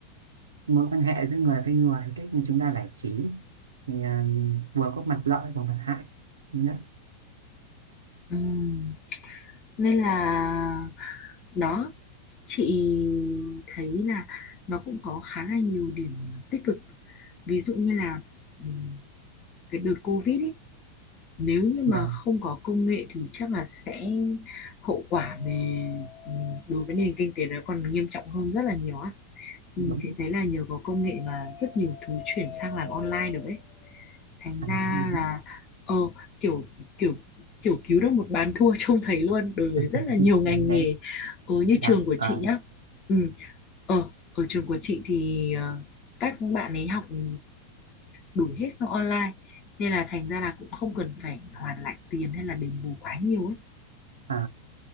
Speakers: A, on the right (about 70°); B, on the left (about 35°).
A: mối quan hệ giữa người với người cách mà chúng ta giải trí thì ừ, vừa có mặt lợi và mặt hại Đúng đấy
B: Ừm, nên là đó chị thấy là nó cũng có khá là nhiều điểm tích cực ví dụ như là ừm, cái đợt Covid ý, nếu như mà
A: vâng
B: không có công nghệ thì chắc là sẽ hậu quả về ừ, đối với nền kinh tế nó còn nghiêm trọng hơn rất là nhiều á
A: đúng
B: ừ, chị thấy là nhờ có công nghệ mà rất nhiều thứ chuyển sang làm online được ấy thành
A: à,
B: ra
A: đúng
B: là ờ kiểu kiểu kiểu cứu được một bàn thua <laughs> trông thấy luôn đối với rất
A: <laughs>
B: là nhiều ngành
A: Vậy đấy
B: nghề ờ như
A: đặt
B: trường của
A: vào
B: chị nhá ừ ờ ở trường của chị thì ờ, các bạn ấy học ừ, đủ hết sang online nên là thành ra là cũng không cần phải hoàn lại tiền hay là đền bù quá nhiều ấy
A: à,